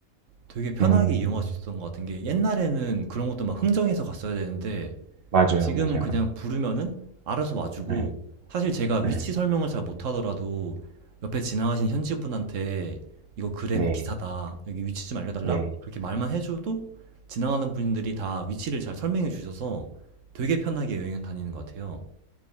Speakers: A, on the right; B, on the right.
A: 되게 편하게
B: 음,
A: 이용할 수 있었던 것 같은 게, 옛날에는 그런 것도 막 흥정해서 갔어야 되는데,
B: 맞아요,
A: 지금
B: 맞아요.
A: 그냥 부르면은 알아서 와주고,
B: 네,
A: 사실 제가 위치
B: 네,
A: 설명을 잘 못하더라도 옆에 지나가신 현지 분한테 이거 그랩
B: 네.
A: 기사다. 여기 위치 좀 알려달라?
B: 네.
A: 그렇게 말만 해줘도 지나가는 분들이 다 위치를 잘 설명해 주셔서 되게 편하게 여행 다니는 것 같아요.